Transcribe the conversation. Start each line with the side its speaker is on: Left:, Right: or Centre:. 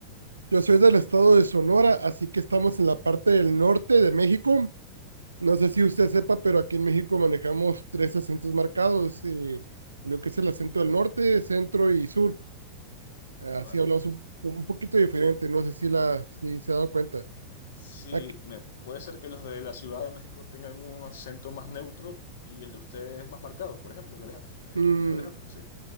Right: Yo soy del estado de Sonora, así que estamos en la parte del norte de México, No sé
Left: Vale,
Right: si usted sepa, pero aquí en México manejamos tres acentos marcados, eh, lo que es el acento del norte, centro y sur. Así
Left: vale.
Right: hablamos un, un poquito diferente, no sé si, la, si se ha dado cuenta.
Left: Sí,
Right: Aquí,
Left: me, puede ser que los de la Ciudad de México tengan un acento más neutro y el de ustedes más marcado, por ejemplo, el de Alej- eh,
Right: mm,
Left: el tuyo, Alejandro, ¿sí?